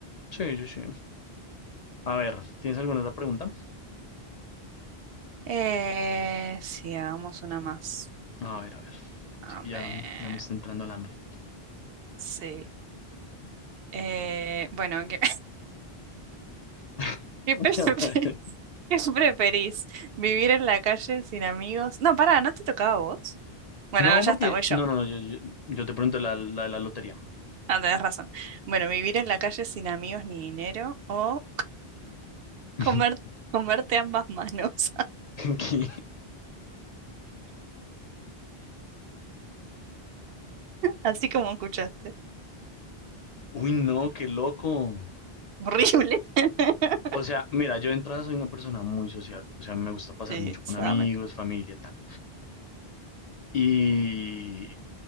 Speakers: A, on the left (about 50°); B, on the right (about 70°).
A: Sí, sí, sí. A ver, ¿tienes alguna otra pregunta?
B: Eh, sí, hagamos una más.
A: A ver, a ver.
B: A
A: Así que
B: ver,
A: ya, ya me está entrando el hambre.
B: sí. Eh, bueno, ¿qué,
A: <laughs>
B: <laughs> qué pre- <laughs> qué preferís? ¿Vivir en la calle sin amigos? No, pará, ¿no te tocaba a vos? Bueno,
A: No,
B: no, ya
A: porque.
B: está, voy yo.
A: No, no, no, yo, yo, yo te pregunto la, la de la lotería.
B: Ah, tenés razón. Bueno, vivir en la calle sin amigos ni dinero o
A: <laughs>
B: comer, comerte ambas manos.
A: ¿Qué?
B: Así como escuchaste.
A: Uy, no, qué loco.
B: Horrible. <laughs>
A: O sea, mira, yo de entrada soy una persona muy sociable. O sea, me gusta pasar
B: Sí,
A: mucho con
B: sabe.
A: amigos, familia, tal. Y.